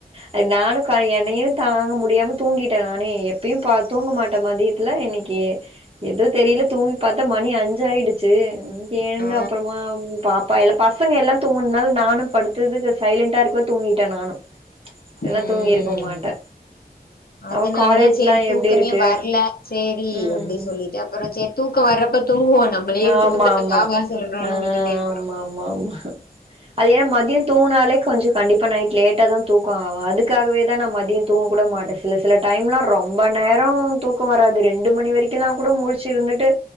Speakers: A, on the right; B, on the left.
A: அது நானு கொ என்னையு தாங்க முடியாம தூங்கிட்ட நானே எப்பயு பா தூங்க மாட்ட மதியத்துல இன்னிக்கி எதோ தெரில தூங்கி பாத்த மணி அஞ்சு ஆயிடுச்சு ம் கேழுந்து
B: ஆ
A: அப்பறமா பா பயலு பசங்க எல்லா தூங்கன்னால நானு படுத்ததுக்கு சைலண்டா இருக்கவு தூங்கிட்ட நானு இல்லன்னா
B: ம்
A: தூங்கிருக்க மாட்டே
B: அதனால
A: அவ காலேஜ்லா
B: தா சேரி தூக்கமே
A: எப்டி இருக்கு
B: வர்ல சேரி
A: ம்
B: அப்டி சொல்லிட்டு அப்றோ சேரி தூக்கோ வர்றப்ப தூங்குவோ நம்மளே எதுக்கு
A: ஆமா
B: தூக்கத்த
A: ஆமா
B: வா வா சொல்றோன்னு
A: ஆ
B: விட்டுட்டே அப்புறோ
A: ஆமா ஆமா ஆம் ம்மா அது யேன் மதியோம் தூங்குனாலே கொஞ்சோ கண்டிப்பா நைட் லேட்டா தா தூக்கோ ஆவா அதுக்காகவே தா நா மதியோ தூங்க கூட மாட்ட சில சில டைம்லா ரொம்ப நேரோ தூக்கோ வராது ரெண்டு மணி வரைக்கும்லா கூட முழச்சு இருந்துட்டு